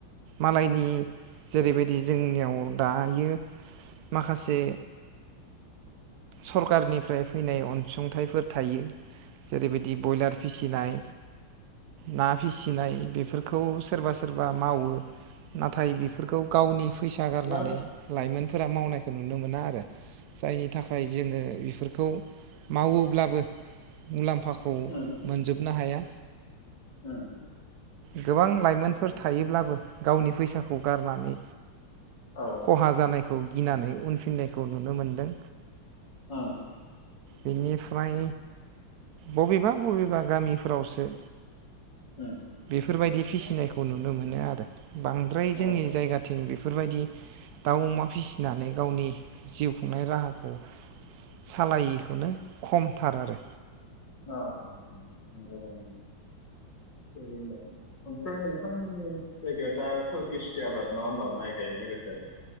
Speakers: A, on the right; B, on the left.
A: मालायनि जेरैबायदि जोंनियाव दायो माखासे सरकारनिफ्राय फैनाय अनसुंथाइफोर थायो जेरैबायदि बयलार फिसिनाय ना फिसिनाय बेफोरखौ सोरबा सोर बा मावो। ना नाथाय बेफोरखौ गावनि फैसा गारनानै
B: उम
A: लाइमोन फोरा मावनायखौ नुनो मोना आरो जायनि थाखाय जोङो बेफोर खौ मावोब्लाबो मुलाम फाखौ
B: उम
A: मोनजोबनो हाया।
B: उम
A: गोबां लाइमोनफोर
B: औ
A: थायोब्लाबो गावनि फैसाखौ गारनानै
B: औ नोंथां
A: खहा जानायखौ गिनानै उनफिननायखौ नुनो मोनदों
B: ओं
A: बेनिफ्राय बबेबा बबेबा गामिफोरावसो
B: उम
A: फोर बायदि फिसिनायखौ नुनो मोनो आरो। बांद्राय जोंनि
B: औ अ
A: जायगाथिं बे बेफोरबायदि दाउ अमा फिसिनानै गावनि जिउ खुंनाय राहाखौ सालायि माने खमथार आरो।
B: अ उम उम <inaudible> <unintelligible> ओमफ्राय नोंथांमोननि जायगाया दाथ' गिसि आबाद नङा होमबा माइ गायनाय बोथोर?